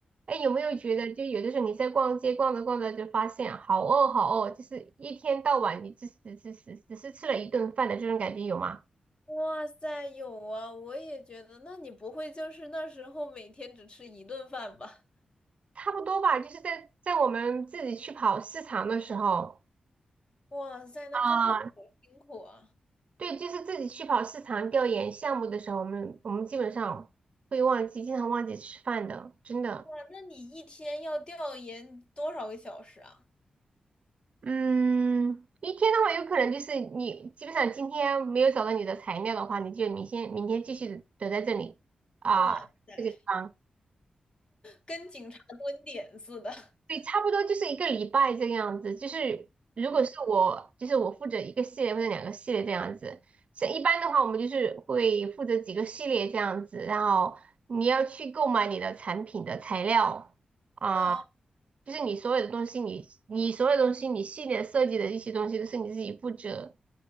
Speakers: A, on the right; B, on the left.
A: 哎，有没有觉得，就有的时候你在逛街逛着逛着就发现好饿好饿，就是一天到晚你只只只只只是吃了一顿饭的这种感觉有吗？
B: 哇塞，有啊，我也觉得。那你不会就是那时候每天只吃一顿饭吧？
A: 差不多吧，就是在在我们自己去跑市场的时候
B: 哇塞，那真的好辛苦啊！
A: 啊，对，就是自己去跑市场调研项目的时候，我们我们基本上会忘记，经常忘记吃饭的，真的。
B: 哇，那你一天要调研多少个小时啊？
A: 嗯，一天的话，有可能就是你基本上今天没有找到你的材料的话，你就明天明天继续等在这里啊这个地方。
B: 哇塞，跟警察蹲点似的。<laughs>
A: 对，差不多就是一个礼拜这个样子。就是如果是我，
B: 哦
A: 就是我负责一个系列或者两个系列这样子。像一般的话，我们就是会负责几个系列这样子，然后你要去购买你的产品的材料啊，
B: 嗯嗯，
A: 就是你所有的东西你，你所有东西，你系列设计的一些东西都是你自己负责。